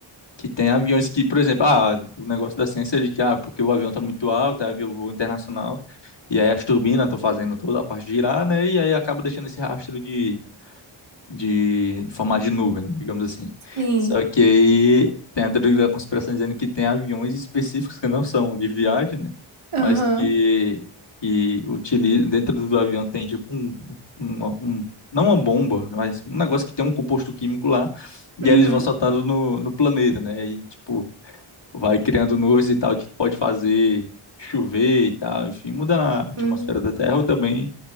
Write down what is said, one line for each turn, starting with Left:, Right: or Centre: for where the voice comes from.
Left: que tem aviões que, por exemplo, ah, o negócio da ciência é de que, ah, porque o avião tá muito alto, é avião voo internacional, e aí as turbinas estão fazendo toda a parte girar, né? E aí acaba deixando esse rastro de de em formato de nuvem, né, digamos assim.
Right: sim.
Left: Só que aí tem a teoria da conspiração dizendo que tem aviões específicos que não são de viagem, né?
Right: Aham.
Left: Mas que, que utilizam, dentro do avião tem tipo um, um, um- não uma bomba, mas um negócio que tem um composto químico lá, e
Right: Uhum.
Left: aí eles vão soltando no, no planeta, né? E tipo, vai criando nuvens e tal, que pode fazer chover e tal, enfim, muda a atmosfera
Right: Uhum.
Left: da Terra ou também